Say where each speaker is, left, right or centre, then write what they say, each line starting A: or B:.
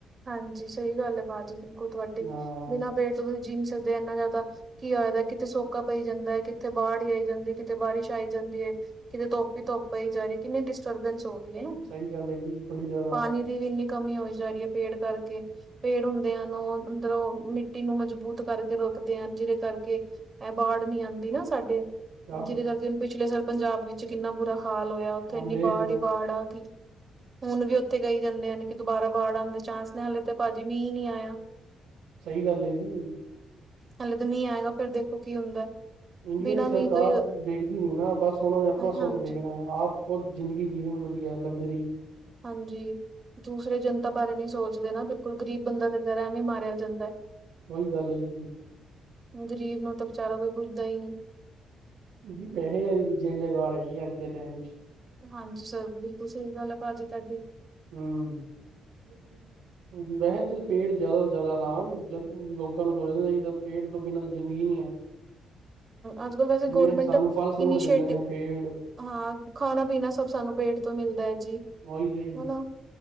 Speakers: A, on the right; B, on the right.
A: ਹਾਂਜੀ, ਸਹੀ ਗੱਲ ਹੈ ਭਾਜੀ ਬਿਲਕੁਲ ਤੁਹਾਡੀ
B: ਹਾਂ
A: ਬਿਨਾਂ ਪੇੜ ਤੋਂਸੀਂ ਜੀ ਨਹੀਂ ਦੇ ਇੰਨਾ ਜ਼ਿਆਦਾ ਕੀ ਹੋਇਆਦਾ ਕਿਤੇ ਸੋਕਾ ਪਈ ਜਾਂਦਾ, ਕਿਤੇ ਬਾੜ ਹੀ ਆਈ ਜਾਂਦੀ ਹੈ, ਕਿਤੇ ਬਾਰਿਸ਼ ਆਈ ਜਾਂਦੀ ਹੈ। ਕਿਤੇ ਤੋਪ ਹੀ ਤੋਪ ਹੋਈ ਜਾ ਰਹੀ ਕਿੰਨੇ ਕਿੰਨੀ ਡਿਸਟਰਬਨੈਸ ਹੋ ਰਹੀ ਹੈ ਨਾ
B: ਸਹੀ ਗੱਲ ਹੈ ਜੀ ਬੜੀ ਜ਼ਿਆਦਾ
A: ਪਾਣੀ ਦੀ ਵੀ ਇੰਨੀ ਕਮੀ ਹੋਈ ਜਾ ਰਹੀ ਹੈ। ਪੇੜ ਕਰਕੇ ਪੇੜ ਹੁੰਦੇ ਹਨ ਉਹ ਅੰਦਰੋਂ ਮਿੱਟੀ ਨੂੰ ਮਜ਼ਬੂਤ ਕਰ ਕੇ ਰੱਖਦੇ ਹਨ ਜਿਹਦੇ ਕਰਕੇ ਕਰਕੇ ਇਹ ਬਾਰਡ ਨੀ ਆਉਂਦੀ ਨਾ ਸਾਡੇ।
B: ਹਾਂ
A: ਜਿਹਦੇ ਕਰਕੇ ਹੁਣ ਪਿਛਲੇ ਸਾਲ ਪੰਜਾਬ ਵਿੱਚ ਕਿੰਨਾ ਬੁਰਾ ਹਾਲ ਹੋਇਆ ਉੱਥੇ ਇੰਨੀ
B: ਦੇਖ
A: ਬਾੜ
B: ਲਓ
A: ਹੀ ਬਾੜ ਆ ਗਈ। ਹੁਣ ਵੀ ਉੱਥੇ ਕਈ ਜਾਂਦੇ ਆ ਕਿ ਦੁਬਾਰਾ ਬਾੜ ਆਉਂਦੇ ਚਾਂਸ ਨੇ ਹਲੇ ਤੇ ਭਾਜੀ ਮੀਂਹ ਨਹੀਂ ਆਇਆ।
B: ਸਹੀ ਗੱਲ ਹੈ ਜੀ।
A: ਹਲੇ ਤਾਂ ਮੀਂਹ ਆਏਗਾ ਫ਼ਿਰ ਦੇਖੋ ਕੀ ਹੁੰਦਾ?
B: ਇੰਡੀਆ
A: ਬਿਨਾਂ
B: ਦੀ ਸਰਕਾਰ
A: ਮੀਂਹ ਤੋਂ ਹੀ
B: ਵੇਖਦੀ ਨੀ ਨਾ ਬਸ ਉਹਨਾਂ ਨੇ ਆਪਣਾ
A: ਹਾਂਜੀ
B: ਸੁਖ ਵੇਖਣਾ ਆਪ ਕੋ ਜਿੰਦਗੀ ਜੀ ਵਧੀਆ ਲਗਜ਼ਰੀ
A: ਹਾਂਜੀ, ਦੂਸਰੇ ਜਨਤਾ ਬਾਰੇ ਨਹੀਂ ਸੋਚ ਨਾ, ਬਿਲਕੁਲ ਗਰੀਬ ਬੰਦਾ ਐਵੇਂ ਮਾਰਿਆ ਜਾਂਦਾ।
B: ਉਹੀ ਗੱਲ ਹੈ ਜੀ।
A: ਗਰੀਬ ਨੂੰ ਤਾਂ ਵਿਚਾਰਾ ਕੋਈ ਪੁੱਛਦਾ ਹੀ ਨਹੀਂ।
B: ਜੀ ਪੈਸੇ ਵਾਲੇ ਦੀ ਜੈ- ਜੈਕਾਰ ਹ ਅੱਜ ਦੇ ਟਾਈਮ ਚ।
A: ਹਾਂਜੀ ਸਰ ਬਿਲਕੁਲ ਸਹੀ ਗੱਲ ਆ ਭਾਜੀ ਤੁਹਾਡੀ।
B: ਹੂੰ ਵੈਸੇ ਤੂੰ ਪੇੜ ਜਿਆਦਾ ਤੋਂ ਜਿਆਦਾ ਲਾਨ ਲੋਕਾਂ ਨੂੰ ਪਤਾ ਪੇੜ ਤੋਂ ਬਿਨਾਂ ਤੇ ਜ਼ਿੰਦਗੀ ਨਹੀਂ ਹੈ।
A: ਅੱਜ-ਕਲ ਵੈਸੇ
B: ਇੰਨੇ
A: ਗਵਰਮੈਂਟ
B: ਸਾਨੂੰ ਫਲ ਫਰੂਟ
A: ਇਨੀਸ਼ੀਏਟ
B: ਦਿੰਦੇ ਨੇ ਪੇੜ
A: ਹਾਂ ਖਾਣਾ ਪੀਣਾ ਸਭ ਸਾਨੂੰ ਪੇੜ ਤੋਂ ਮਿਲਦਾ
B: ਉਹੀ ਤੇ ਜੀ